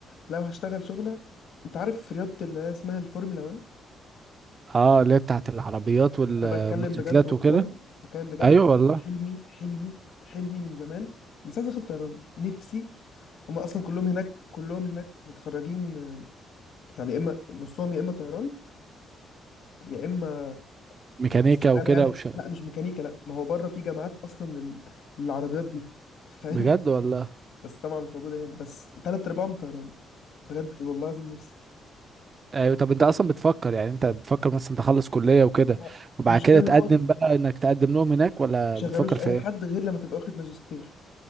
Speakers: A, on the left; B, on the right.
A: لو هشتغل شغله انت عارف في رياضه اللي هي اسمها الفورمولا 1
B: اه اللي هي بتاعت العربيات والموتوسيكلات
A: انا بتكلم بجد
B: وكده
A: والله بتكلم بجد
B: ايوه والله
A: حلمي حلمي حلمي من زمان من ساعه دخلت طيران نفسي هم اصلا كلهم هناك كلهم هناك متخرجين آه، يعني اما نصهم يا اما طيران يا اما
B: ميكانيكا
A: بس شغاله
B: وكده
A: يعني
B: وش
A: لا مش ميكانيكا لا ما هو بره في جامعات اصلا لل- للعربيات دي <laughs> فاهم
B: بجد
A: يعني
B: والله
A: بس طبعا مش موجوده هنا بس تلات ارباعهم طيران بجد والله العظيم نفسي
B: ايوه طب انت اصلا بتفكر يعني انت بتفكر مثلا تخلص كلية وكده
A: آه.
B: وبعد
A: المشكله
B: كده تقدم
A: ان هو ما
B: بقى انك تقدم لهم هناك ولا
A: يشغلوش
B: بتفكر
A: اي
B: في ايه
A: حد غير لما تبقى واخد ماجستير